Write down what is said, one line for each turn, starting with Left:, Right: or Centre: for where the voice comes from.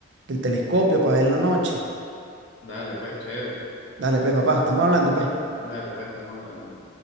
Right: del telescopio para ver la noche.
Left: Dale, pues, chévere.
Right: Dale, pues, papá, estamos hablando, pues.
Left: Dale, pues, estamos hablando.